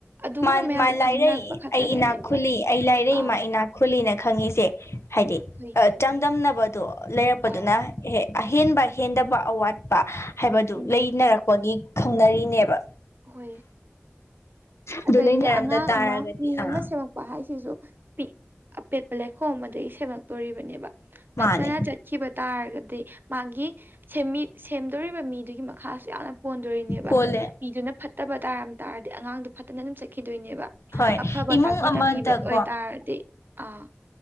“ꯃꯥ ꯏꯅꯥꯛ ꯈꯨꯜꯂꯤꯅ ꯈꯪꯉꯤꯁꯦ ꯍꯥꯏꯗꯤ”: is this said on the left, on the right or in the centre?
Left